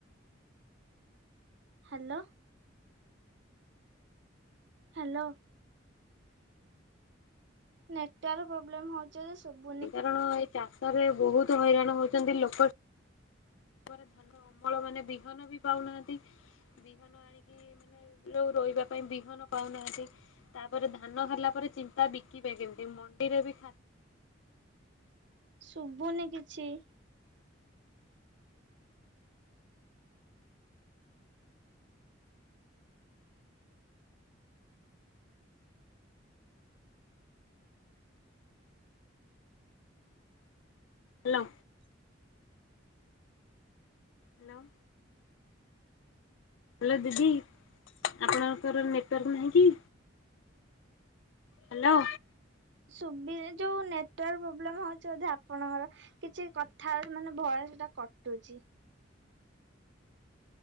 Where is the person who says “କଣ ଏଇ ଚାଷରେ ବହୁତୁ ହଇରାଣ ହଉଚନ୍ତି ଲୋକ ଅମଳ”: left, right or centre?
Left